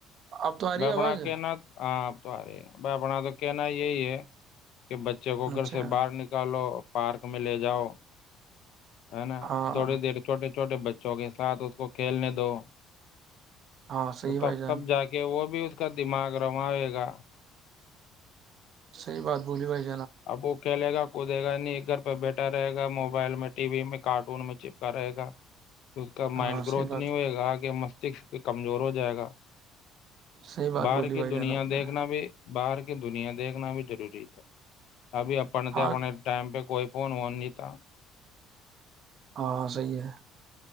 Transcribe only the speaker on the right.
اب تو آ رہی
ہے آواز
اچھا
ہاں
ہاں صحیح
بھائی
جان
صحیح بات بولی بھائی <unintelligible>
ہاں
صحیح بات
صحیح بات
بولی
بھائی جان
آپ نے
ہاں
ہاں صحیح ہے